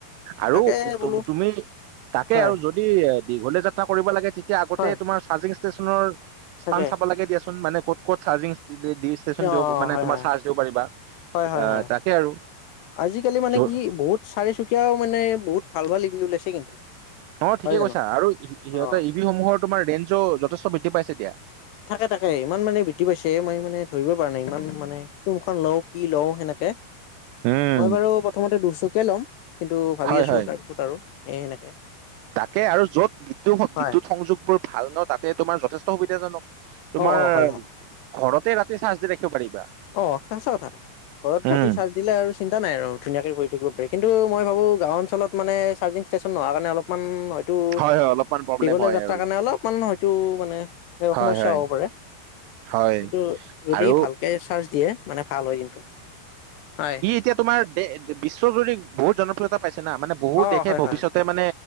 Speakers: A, on the right; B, on the left.
A: আৰু
B: তাকে
A: তুম-তুমি
B: বোলো
A: তাকে
B: হয়
A: আৰু যদি দীঘলে যাত্ৰা কৰিব লাগে তি তিয়া আগতে
B: হয়
A: তোমাৰ চাৰ্জিং ষ্টেচনৰ স্থান
B: তাকে
A: চাব লাগে দিয়াচোন মানে ক'ত ক'ত চাৰ্জিং <unintelligible> দিছ ষ্টেচন
B: অ
A: দিঅব মানে
B: হয়
A: তোমাৰ
B: হয়
A: চাৰ্জ দিব পাৰিবা
B: হয় হয়
A: আ
B: হয়
A: তাকে আৰু
B: আজিকালি মানে
A: য'ৰ
B: কি বহুত চাৰিচুকীয়াও মানে বহুত ভাল ভাল ই ভি ওলাইছে কিন্তু
A: অঁ ঠিকে
B: হয় জানো
A: কৈছা আৰু ই-সিহঁতৰ
B: অ
A: ই ভি সমূহৰ তোমাৰ ৰেঞ্জো যথেষ্ট বৃদ্ধি পাইছে এতিয়া।
B: থাকে তাকে ইমান মানে বৃদ্ধি পাইছে মই মানে ধৰিব পৰা নাই ইমান মানে কোনখন লওঁ, কি লওঁ সেনেকে
A: উম!
B: মই বাৰু প্ৰথমতে দুচকীয়া ল'ম, কিন্তু ভাবি
A: হয়,
B: আছো
A: হয়।
B: তাৰপিছত আৰু এ সেনেকে
A: তাকে আৰু য'ত বিদ্যু-স-বিদ্যুত
B: হয়
A: সংযোগ বোৰ ভাল ন তাতে তোমাৰ যথেষ্ট সুবিধাজনক, তোমাৰ
B: অ অ হয় হয়
A: ঘৰতে ৰাতি চাৰ্জ দি ৰাখিব পাৰিবা,
B: অ সঁচা কথা ঘৰত ৰাতি
A: উম
B: চাৰ্জ দিলে আৰু চিন্তা নাই আৰু ধুনীয়াকে বহি থাকিব পাৰি কিন্তু মই ভাৱোঁ গাঁও অঞ্চলত মানে চাৰ্জিং ষ্টেচন নোহোৱা কাৰণে অলপ মান হয়তো
A: হয়, হয় অলপমান প্ৰব্লেম
B: দীঘলীয়া
A: হয়
B: যাত্ৰা
A: আৰু।
B: কাৰণে অলপমান হয়তো মানে এওঁ
A: হয়,
B: সমস্যা
A: হয়,
B: হ'ব পাৰে।
A: হয়
B: কিন্তু যদি
A: আৰু
B: ভালকে চাৰ্জ দিয়ে মানে ভাল হয় কিন্তু, হয়
A: তিয়া তোমাৰ দে-এ বিশ্বজুৰি বহুত জনপ্ৰিয়তা পাইছে না মানে বহু
B: অ
A: দেশে
B: হয়
A: ভৱিষ্যতে
B: হয়
A: মানে